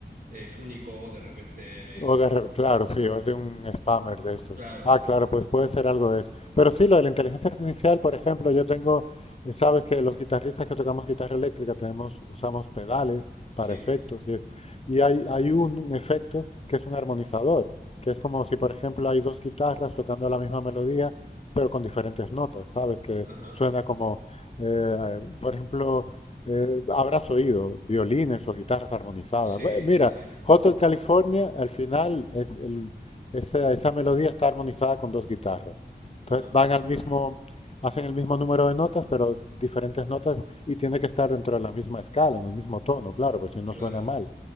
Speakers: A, on the right (about 55°); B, on the left (about 35°).
A: es único o de repente...
B: O de re- claro, sí, o es de un spammer de estos.
A: Claro,
B: Ah, claro, pues puede ser algo de eso. Pero sí, lo de la inteligencia artificial, por ejemplo, yo tengo, eh, sabes que los guitarristas que tocamos guitarra eléctrica tenemos, usamos pedales para
A: sí,
B: efectos y, es- y hay, hay un efecto que es un armonizador, que es como si, por ejemplo, hay dos guitarras tocando la misma melodía, pero con diferentes notas, ¿sabes? Que
A: ajá.
B: suena como, eh, por ejemplo, eh, habrás oído violines o guitarras armonizadas.
A: Sí,
B: Bue- Mira.
A: sí, sí,
B: Hotel California, al final, es el- esa, esa melodía está armonizada con dos guitarras. Entonces
A: ajá.
B: van al mismo, hacen el mismo número de notas, pero diferentes notas y tiene que estar dentro de la misma escala, en el mismo tono, claro, pues si no
A: Claro,
B: suena mal.